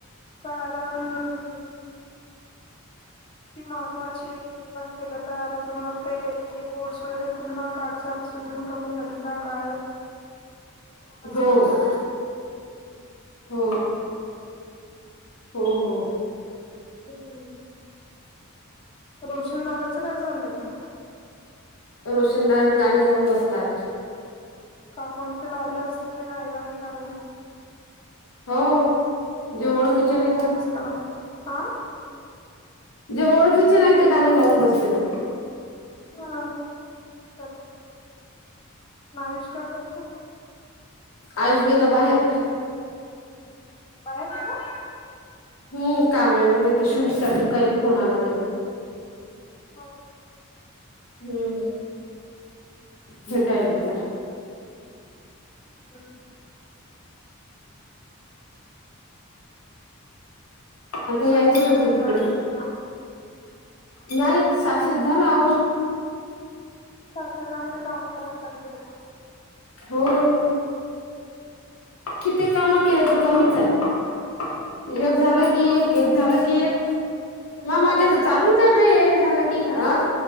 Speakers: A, on the left; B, on the left.
A: कारण ती महत्त्वाची आय किती पण केलं तर आणि तुम्हाला ते रिपोर्टस वगैरे पुन्हा काढसाल सुजन कमी झाली का काय माहिती
B: हो.
A: करा
B: हो हो हो.
A: हम्म. रोशन दादाचं काय चाललंय?
B: रोशनदान गाणी लावून बसला आता.
A: का कोणत लावलं असल तेन ऐराणी गाणं
B: हो जे
A: हं
B: ओळखीचे
A: या
B: नाही
A: वेळेलास
B: ते
A: लावलं आ
B: जे ओळखीचे नाही ते गाणी लावून बसतील.
A: हा विचारतो अन आयुष काय करतो?
B: आयुष गेला बाहेर
A: बाहेर गेला
B: हम्म काम आहे म्हणे ते शूट साठी काय फोन आला त्याले
A: हो का
B: हम्म भेटायल गेला.
A: हम्म
B: आता
A: साक्षी
B: यायचच
A: काय
B: होत
A: घर झाडायला
B: तिकड
A: गेला.
B: नाही साक्षीच झाला आवरून
A: साक्षी चांगल काम करायला लागली आता
B: हो
A: हम्म
B: किती कामं केले तर कमीच आहे एक झालं ए कि
A: काऊन?
B: एक एक झालं की एक
A: तिथे
B: मग मागे तर
A: राहावं
B: चालूच आहे बाई एक झालं की एक अं